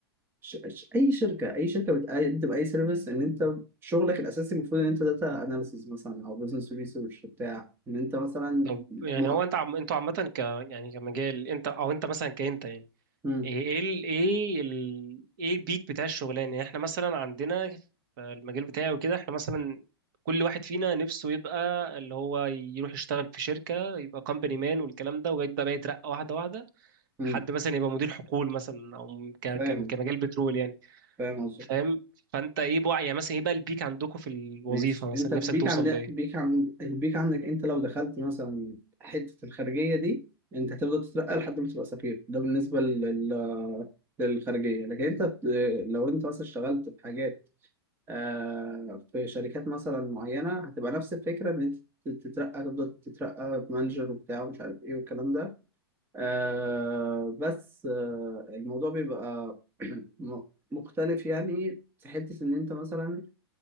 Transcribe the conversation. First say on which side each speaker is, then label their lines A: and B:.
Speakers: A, on the right; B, on the right.
A: ش... ش... أي شركة أي شركة بتقدم أي سيرفيس إن أنت شغلك الأساسي المفروض إن أنت داتا أناليسيز مثلا أو بزنس ريسيرش بتاع إن أنت مثلا
B: طب يعني
A: م...
B: هو انت عم... انتوا عامة ك يعني كمجال انت او انت مثلا كأنت يعني
A: م...
B: ايه ايه ال... ايه ال... ايه البيك بتاع الشغلانة يعني احنا مثلا عندنا في المجال بتاعي وكده احنا مثلا كل واحد فينا نفسه يبقى اللي هو يروح يشتغل في شركة يبقى كومباني مان والكلام ده ويبدأ بقى يترقى واحدة واحدة
A: م...
B: لحد مثلا يبقى مدير حقول مثلا او ك... ك...
A: فاهم
B: كمجال بترول يعني
A: فاهم قصدي
B: فاهم فانت ايه بقى يعني مثلا ايه بقى البيك عندكم في الوظيفة
A: ماشي
B: مثلا
A: انت البيك
B: نفسك توصل
A: عندك البيك عند البيك عندك انت لو دخلت مثلا حتة الخارجية دي انت هتفضل تترقى لحد ما تبقى سفير ده بالنسبة لل... للخارجية لكن انت ت- لو انت مثلا اشتغلت في حاجات آه في شركات مثلا معينة هتبقى نفس الفكرة ان انت تترقى تفضل تترقى مانجر وبتاع ومش عارف ايه والكلام ده آه بس آه الموضوع بيبقى <clears throat> م- مختلف يعني في حتة ان انت مثلا